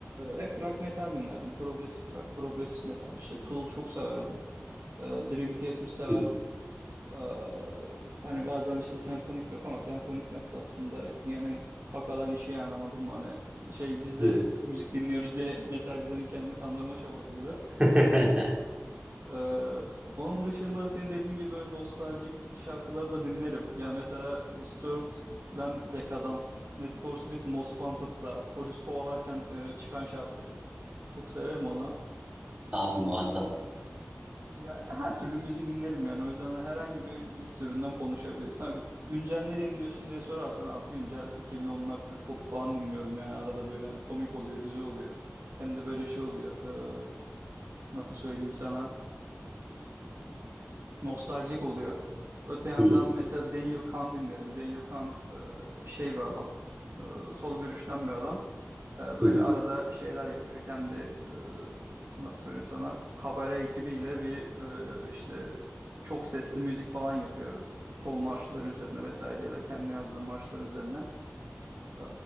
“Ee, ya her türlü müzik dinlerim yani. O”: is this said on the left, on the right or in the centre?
Right